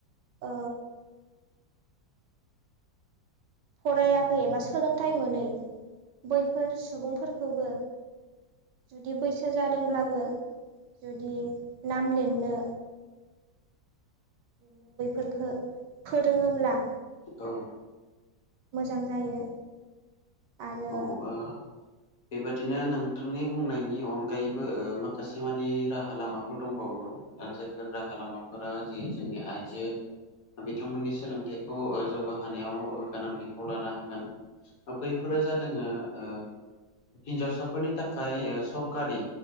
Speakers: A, on the right; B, on the left.
A: ओ फरायाखै एबा सोलोंथाइ मोनै बैफोर सुबुंफोरखौबो जुदि बैसो जादोंब्लाबो जुदि नाम लिरनो बि बैफोरफोरखौ फोरोङोब्ला
B: औ
A: मोजां जायो आरो
B: ओ बेबादिनो नोंथांनि बुंनायनि अनगायैबो माखासे मानि राहा लामाफोर दंबावो। जायफोर राहा लामाफोरा जे जोंनि आइजो बिथांमोननि सोलोंथाइखौ ओ जौगाहोनायाव गोनां बिफाव लानो हागोन बैफोरो जादों जोंङो ओ हिन्जावसाफोरनि थाखाय ओ सरकारि